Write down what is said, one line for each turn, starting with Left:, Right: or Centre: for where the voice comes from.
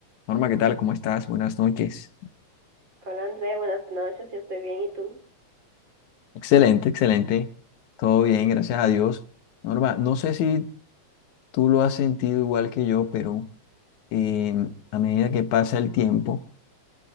Left: Norma, ¿qué tal? ¿Cómo estás? Buenas noches.
Right: Hola André, buenas noches, yo estoy bien, ¿y tú?
Left: Excelente, excelente. Todo bien, gracias a Dios. Norma, no sé si tú lo has sentido igual que yo, pero eh, a medida que pasa el tiempo,